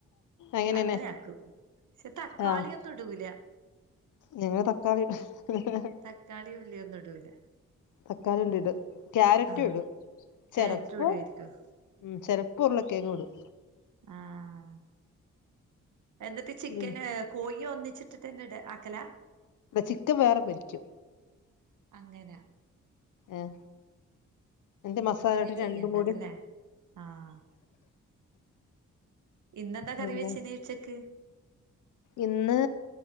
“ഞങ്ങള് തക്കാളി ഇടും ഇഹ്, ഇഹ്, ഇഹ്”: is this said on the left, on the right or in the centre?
Left